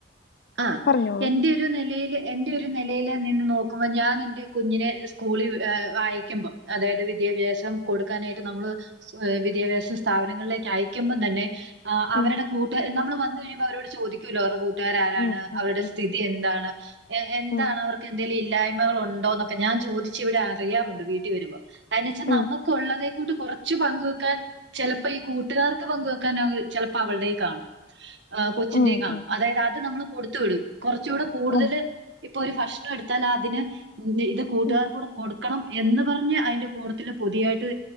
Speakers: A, on the right (about 70°); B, on the left (about 60°).
A: ആഹ്
B: പറഞ്ഞോളൂ
A: എന്റെ ഒരു നിലയില് എന്റെ ഒരു നിലയിൽ നിന്ന് നോക്കുമ്പോ ഞാൻ എൻ്റെ കുഞ്ഞിനെ സ്കൂളിൽ ഏഹ് വായിക്കുമ്പോം അതായത് വിദ്യാഭ്യാസം കൊടുക്കാനായിട്ട് നമ്മള് സ്വ ഏഹ് വിദ്യാഭ്യാസ സ്ഥാപനങ്ങളിലേക്ക് അയക്കുമ്പം തന്നെ ആഹ് അവരടെ
B: ഉം
A: കൂട്ട നമ്മള് വന്നു കഴിയുമ്പോ അവരോട് ചോദിക്കുലോ അവരുടെ കൂട്ടുകാര
B: ഉം ഉം
A: അവരുടെ
B: ഉം
A: സ്ഥിതി എന്താണ് എന്താണ്
B: ഉം
A: അവർക്ക് എന്തെങ്കിലും ഇല്ലായ്മകൾ ഉണ്ടോന്നൊ കെ ഞാൻ ചോദിച്ച് ഇവിടെ അറിയാറുണ്ട് വീട്ടി വരുമ്പോ കാര്ണച്ച
B: ഉം
A: നമക്കുള്ളതെ കൂട്ട് കുറച്ച് പങ്ക് വെക്കാൻ ചെലപ്പോ ഈ കൂട്ടുകാർക്ക് പങ്ക് വെക്കാൻ <unintelligible> ചെലപ്പോ അവൾടെ കാണും ആഹ് കൊച്ചിന്റെ
B: ഉം
A: കാണും
B: ഉം
A: അതായത് അത് നമ്മള് കൊടുത്തു വിടും കുറച്ചുടെ കൂടുതല്
B: ഉം
A: ഇപ്പൊ ഒരു ഭക്ഷണം എടുത്താൽ അതിന് ഇത് കൂട്ടുകാർ
B: ഉം
A: കൂടെ കൊടുക്കണം എന്ന് പറഞ്ഞ് അയിന്റെ കൂട്ടത്തില് പൊതിയായിട്ട്